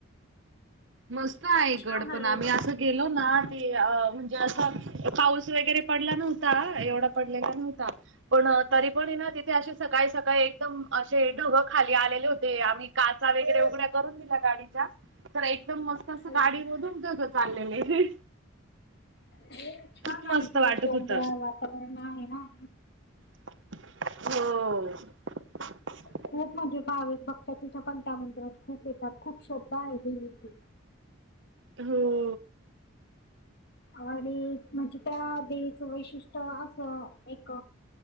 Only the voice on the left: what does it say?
छान
आहे
बघ
हो हो
हो
हो छान
आहे
तिकडे
डोंगराळ
वातावरण आहे ना.
खूप म्हणजे भाविक भक्त तिथं पण त्या मंदिरात खूप येतात खूप श्रद्धा आहे देवीची.
आणि म्हणजे त्या देवीचं वैशिष्ट्य असं एक